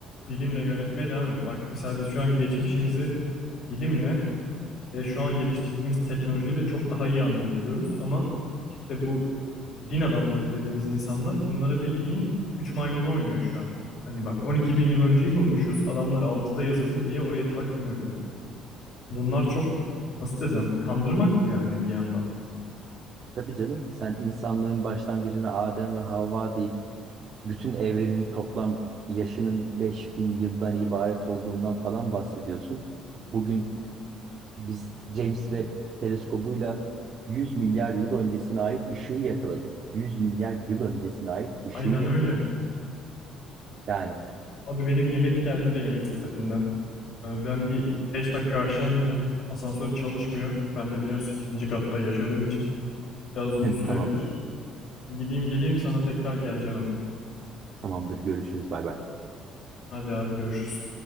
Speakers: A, on the left; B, on the right.
A: bilimle yönetmeye devam et. Bak mesela biz şu an geçmişimizi bilimle e, şu an geliştirdiğimiz teknolojiyle çok daha iyi anlayabiliyoruz ama işte bu din adamları dediğimiz insanlar bunlara bildiğin 3 maymunu oynuyor şu an. Hani bak 12 bin yıl önceyi bulmuşuz adamlar altıda yazıldı diye orayı takmıyor bile. Bunlar çok nasıl desem kandırmak bu yani bir yandan.
B: Tabii canım sen insanlığın başlangıcına Adem ve Havva deyip bütün evrenin toplam yaşının beş bin yıldan ibaret olduğundan falan bahsediyorsun. Bugün Biz James Webb teleskobuyla 100 milyar yıl öncesine ait ışığı yakaladık. 100 milyar yıl öncesine ait ışığı
A: Aynen
B: yakaladık.
A: öyle.
B: Yani
A: Abi benim yemek geldi de yemek sepetinden. Ee, Ben bir 5 dakika aşağı ineceğim. Asansör çalışmıyor. Ben de biliyorsun sekizinci katta yaşadığım için biraz uzun
B: <laughs>
A: sürebilir.
B: tamam,
A: Gideyim geleyim sana tekrar geleceğim hemen.
B: tamamdır. Görüşürüz. Bay bay.
A: Hadi abi görüşürüz.